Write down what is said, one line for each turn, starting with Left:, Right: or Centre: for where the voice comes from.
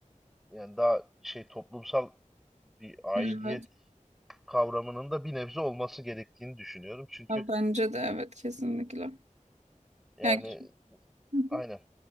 Centre: Yani daha şey toplumsal bir aidiyet
Right: Evet.
Centre: kavramının da bir nebze olması gerektiğini düşünüyorum. Çünkü
Right: Ha, bence de evet kesinlikle.
Centre: yani
Right: Yani Hı hı.
Centre: aynen.